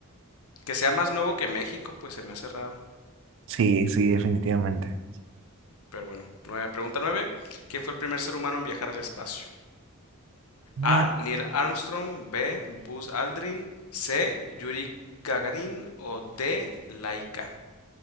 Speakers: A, on the left; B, on the right.
A: que sea más nuevo que México, pues se me hace raro.
B: Sí, sí, definitivamente.
A: Pero bueno, nueve, pregunta 9. ¿Quién fue el primer ser humano en viajar al espacio? A.
B: Ah,
A: Neil Armstrong. B. Buzz Aldrin. C. Yuri Gagarin. O D. Laika.